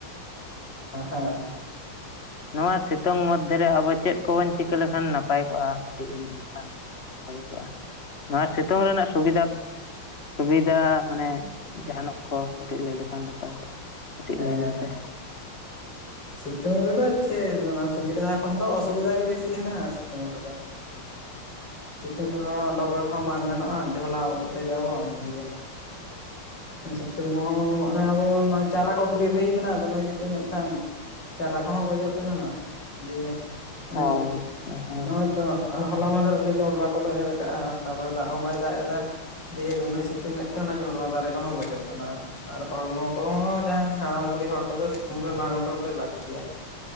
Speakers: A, on the left; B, on the left.
A: ᱦᱮᱸ ᱦᱮᱸ
B: ᱱᱚᱣᱟ ᱥᱤᱛᱩᱝ ᱢᱚᱫᱫᱷᱮ ᱨᱮ ᱟᱵᱚ ᱪᱮᱫ ᱠᱚᱵᱚᱱ ᱪᱤᱠᱟᱹ ᱞᱮᱠᱷᱟᱱ ᱱᱟᱯᱟᱭ ᱠᱚᱜᱼᱟ ᱠᱟᱹᱴᱤᱡ ᱵᱤᱱ ᱵᱷᱟᱹᱜᱮ ᱠᱚᱜᱼᱟ ᱱᱚᱣᱟ ᱥᱤᱛᱩᱝ ᱨᱮᱱᱟᱜ ᱥᱩᱵᱤᱫᱷᱟ ᱥᱩᱵᱤᱫᱷᱟ ᱢᱟᱱᱮ ᱡᱟᱦᱟᱱᱟᱜ ᱠᱚ ᱠᱟᱹᱴᱤᱡ ᱞᱟᱹᱭ ᱞᱮᱠᱷᱟᱱ ᱱᱟᱯᱟᱭ ᱠᱚᱜᱼᱟ ᱠᱟᱹᱴᱤᱡ
A: ᱦᱮᱸ
B: ᱞᱟᱹᱭ ᱵᱤᱱ ᱥᱮ
A: ᱥᱤᱛᱩᱝ ᱨᱮᱫᱚ ᱥᱮ ᱥᱩᱵᱤᱫᱷᱟ ᱠᱷᱚᱱ ᱫᱚ ᱚ ᱥᱩᱵᱤᱫᱷᱟ ᱜᱮ ᱵᱮᱥᱤ ᱦᱮᱱᱟᱜ-ᱟ ᱥᱤᱛᱩᱢ ᱨᱮ ᱫᱚ ᱥᱤᱛᱩᱝ ᱨᱮᱦᱚᱸ ᱳᱰᱚᱠ ᱦᱚᱸ ᱵᱟᱝ ᱜᱟᱱᱚᱜᱼᱟ ᱡᱷᱚᱞᱟᱣ ᱟᱵᱚᱱ ᱫᱤᱭᱮ
B: <unintelligible>
A: ᱥᱤᱛᱩᱝ ᱦᱚᱸ ᱟᱵᱚ ᱱᱚᱜᱼᱚᱭ ᱪᱟᱨᱟ ᱠᱚ ᱜᱤᱰᱤ ᱦᱩᱭ ᱠᱟᱱᱟ ᱫᱚᱢᱮ ᱥᱤᱛᱩᱝ ᱮᱫ ᱠᱷᱟᱱ ᱪᱟᱨᱟ ᱠᱚᱦᱚᱸ ᱜᱚᱡᱚᱜ ᱠᱟᱱᱟ ᱫᱤᱭᱮ ᱚᱱᱮ
B: ᱦᱳᱭ ᱟᱪᱪᱷᱟ ᱦᱳᱭ
A: ᱱᱚᱜᱼᱚᱭ ᱛᱚ ᱟᱨ ᱦᱚᱞᱟ ᱢᱟᱸᱫᱷᱮᱨ ᱨᱮᱞᱮ ᱡᱚᱸᱰᱨᱟ ᱠᱚᱞᱮ ᱮᱨ ᱠᱟᱜᱼᱟ ᱛᱟᱨ ᱯᱚᱨᱮ ᱫᱟᱜ ᱦᱚᱸ ᱵᱟᱭ ᱫᱟᱜ ᱮᱫᱟ ᱫᱤᱭᱮ ᱫᱚᱢᱮ ᱥᱤᱛᱩᱝ ᱮ ᱛᱟᱦᱮᱸ ᱚᱱᱟ ᱡᱚᱸᱰᱨᱟ ᱫᱟᱨᱮ ᱠᱚᱦᱚᱸ ᱜᱚᱡᱚᱜ ᱠᱟᱱᱟ ᱟᱨ ᱦᱚᱲᱢᱚ ᱠᱚᱦᱚᱸ ᱡᱟᱦᱟᱸᱭ ᱦᱟᱲᱟᱢ ᱵᱩᱲᱦᱤ ᱦᱚᱲ ᱠᱚᱫᱚ ᱥᱤᱛᱩᱝ ᱨᱮ ᱵᱟᱝ ᱩᱰᱩᱠ ᱜᱮ ᱞᱟᱹᱠᱛᱤᱭᱟ